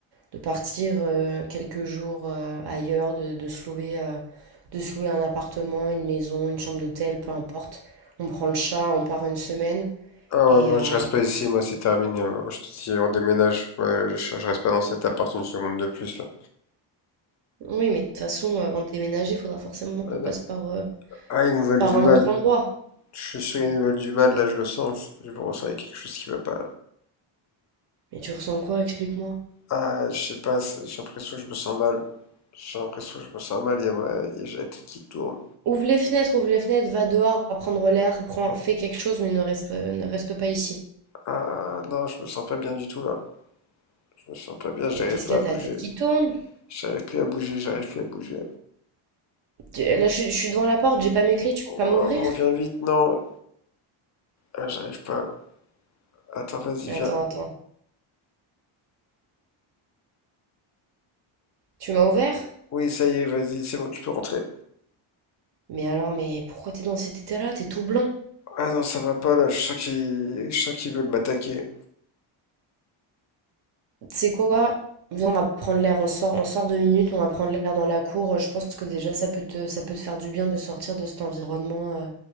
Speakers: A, on the right; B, on the left.
A: de partir euh, quelques jours euh, ailleurs, de, de se louer, euh, de se louer un appartement, une maison, une chambre d'hôtel, peu importe. On prend le chat, on part une semaine.
B: Ah
A: Et
B: ouais, moi,
A: euh,
B: je reste pas ici, moi, c'est terminé. Moi, Je te dis, on déménage. Ouais, je, je reste pas dans cet appart une seconde de plus, là.
A: oui, mais de toute façon, euh, avant de déménager, il faudra forcément qu'on
B: Ouais,
A: passe
B: non.
A: par, euh,
B: Ah, ils nous veulent
A: par
B: du
A: un
B: mal.
A: autre endroit.
B: Je suis sûr qu'ils nous veulent du mal, là, je le sens. Je, je le ressens, il y a quelque chose qui va pas.
A: Mais tu ressens quoi? Explique-moi.
B: Ah, je sais pas, c'est- j'ai l'impression que je me sens mal. J'ai l'impression que je me sens mal, il y a ma, il y a j'ai la tête qui tourne.
A: Ouvre les fenêtres, ouvre les fenêtres, va dehors, va prendre l'air, prends, fais quelque chose, mais ne reste, euh, ne reste pas ici.
B: Ah non, je me sens pas bien du tout là. Je me sens pas bien, j'arrive
A: Mais qu'est-ce
B: pas
A: qu'il y
B: à
A: a?
B: bouger.
A: T'as la tête qui tourne?
B: J'arrive plus à bouger, j'arrive plus à bouger.
A: Tu- Là, je, je suis devant la porte, j'ai pas mes clés, tu
B: Oh,
A: peux pas m'ouvrir?
B: reviens vite, non. Ah, j'arrive pas. Attends, vas-y,
A: Attends,
B: viens.
A: attends. Tu m'as ouvert?
B: Oui, ça y est, vas-y, c'est bon, tu peux rentrer.
A: Mais alors, mais pourquoi t'es dans cet état-là? T'es tout blanc.
B: Ah non, ça va pas là, je sens qu'il je sens qu'ils veulent m'attaquer.
A: Tu sais quoi? Viens, on va prendre l'air, on sort, on sort deux minutes, on va prendre l'air dans la cour. Je pense que déjà, ça peut te, ça peut te faire du bien de sortir de cet environnement, euh,